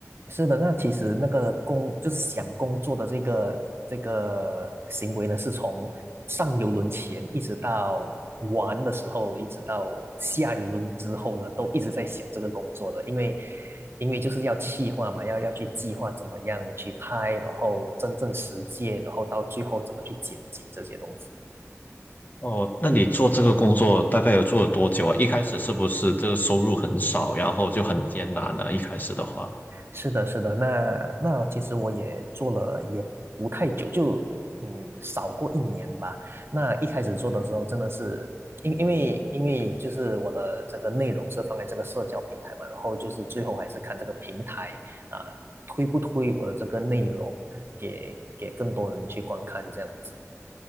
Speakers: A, on the right; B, on the left.
A: 是的，那其实那个工就是想工作的这个这个行为呢，是从上游轮前一直到玩的时候，一直到下游轮之后呢，都一直在想这个工作的，因为因为就是要企划嘛，要要去计划怎么样去拍，然后真正实践，然后到最后怎么去剪辑这些东西。
B: 哦，那你做这个工作大概有做了多久啊？一开始是不是这个收入很少，然后就很艰难呢？一开始的话，
A: 是的，是的，那那其实我也做了也不太久，就嗯少过一年吧。那一开始做的时候，真的是因因为因为就是我的这个内容是放在这个社交平台嘛，然后就是最后还是看这个平台啊，推不推我的这个内容给给更多人去观看这样子。